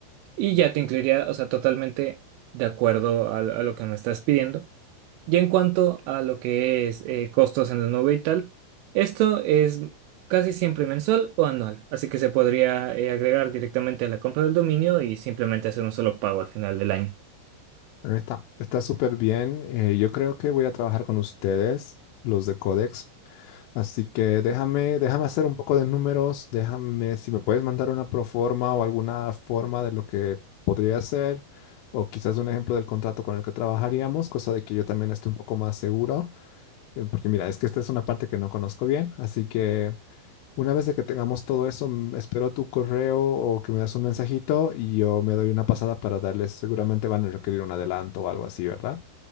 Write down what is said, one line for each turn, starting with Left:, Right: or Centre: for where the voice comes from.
Right: y ya te incluiría, o sea, totalmente de acuerdo a, a lo que me estás pidiendo. Y en cuanto a lo que es eh, costos en la nube y tal, esto es casi siempre mensual o anual, así que se podría eh, agregar directamente a la compra del dominio y simplemente hacer un solo pago al final del año.
Left: Está, está súper bien. Eh, yo creo que voy a trabajar con ustedes, los de Codex, Así que déjame, déjame hacer un poco de números, déjame si me puedes mandar una proforma o alguna forma de lo que podría ser, o quizás un ejemplo del contrato con el que trabajaríamos, cosa de que yo también esté un poco más seguro, eh, porque mira, es que esta es una parte que no conozco bien, así que una vez de que tengamos todo eso, mm, espero tu correo o que me das un mensajito y yo me doy una pasada para darles, seguramente van a requerir un adelanto o algo así, ¿verdad?